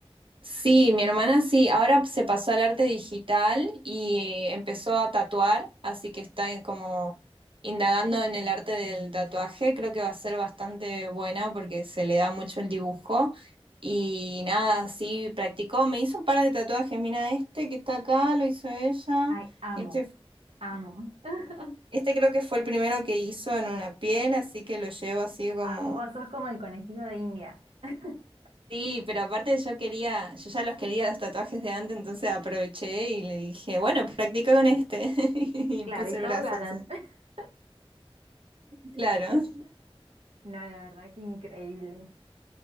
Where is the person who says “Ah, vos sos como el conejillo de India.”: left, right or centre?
Right